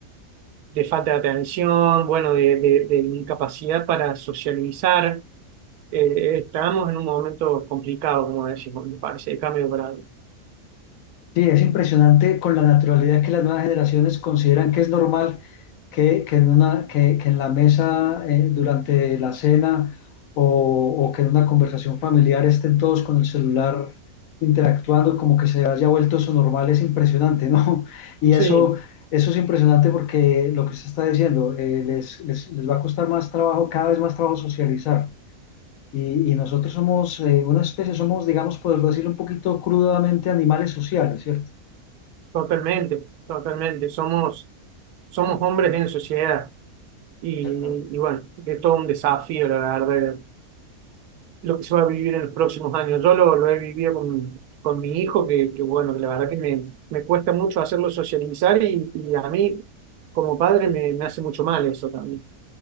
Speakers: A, on the right; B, on the left.
A: de falta de atención, bueno, de, de- de incapacidad para socializar. Eh, estamos en un momento complicado, como decimos, me parece, de cambio de paradigma.
B: Sí, es impresionante con la naturalidad que las nuevas generaciones consideran que es normal que, que en una, que, que en la mesa, eh, durante la cena o, o que en una conversación familiar estén todos con el celular interactuando, como que se haya vuelto eso normal, es impresionante, ¿no? <laughs> Y
A: Sí,
B: eso, eso es impresionante porque lo que usted está diciendo, eh, les, les, les va a costar más trabajo, cada vez más trabajo socializar. Y, y nosotros somos eh, una especie, somos, digamos, poder decirlo un poquito crudamente, animales sociales, ¿cierto?
A: totalmente, totalmente. Somos, somos hombres en sociedad y,
B: Exactamente.
A: y bueno, es todo un desafío, la verdad, lo que se va a vivir en los próximos años. Yo lo, lo he vivido con, con mi hijo, que, que bueno, que la verdad que me, me cuesta mucho hacerlo socializar y, y a mí como padre me, me hace mucho mal eso también.